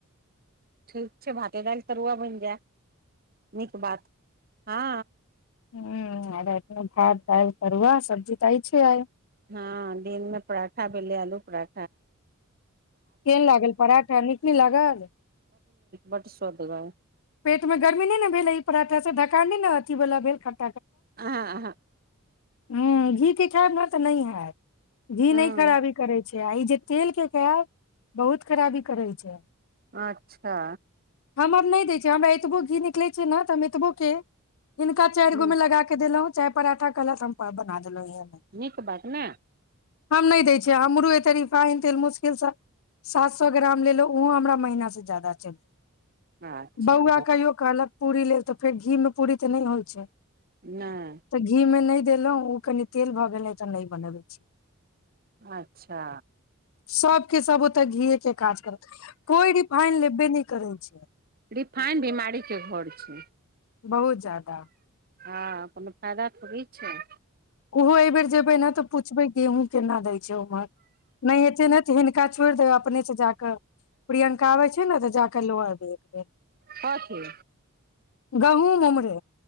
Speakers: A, on the right; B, on the left.
A: ठीक छैक भाते दाल तरुआ बनि जेय नीक बात हँ
B: ह्म रेत मै भात देल तरुआ सब्जी तऽ आइछे आइ
A: हँ दिनमे पराठा भेलै आलू प्र
B: केहन लागल पराठा नीक नहि लागल
A: बड सुवदगर
B: पेट मे गर्मी नइशहि ने भेलय ई पराठा से ढकार नहि ने अथिला भेल ख्ट
A: आह आह
B: हँ घीत खरमे तऽ नहि हैत घी
A: हँ
B: नहि खराबी करय छै जे आई जे तेल केँ केब बहुत खराबी करैत छैक
A: अच्छा
B: हम आर नहि दै छै जे हमरा एतबो घी निकले छैक ने त हम एतबो केँ हीनक चारिगो
A: ह
B: मे लगा केँ देलहु चय पराठा कलत हम प बना देलो हमे
A: नीक बात ने
B: हम नहि दैत छियै हमरू एतेक रिफाइन तेल मुश्किलसँ सात सो ग्राम लेलहुँ ओहो हमरा महीनासँ ज्यादा चलि
A: अच्छा
B: बौआ कहियो कहलक पूरी लेल त फेर घी मे पूरी तऽ नहि होय
A: नहि
B: तऽ घी मे नहि देलहु ओ कनि तेल भऽ गेल तऽ नहि बनबै छी
A: अच्छा
B: सबके सब ओते घी के काज करत कोई रिफाइन लेबे नहि करै छैय।
A: रिफाइन बिमारीके घर छैय।
B: बहुत ज्यादा
A: हँ कोनो फायदा थोड़ी छैय।
B: ओहो एहि बेेर जेबै ने तऽ पुछबै गेहूँ केना दै छैय उम्हर नहि हेते ने तऽ हिनका छोड़ि देब अपने से जााके प्रियंक का अबय छैय ने तऽ जाके ल अबय <inaudible>
A: कथी
B: गहूम उमरे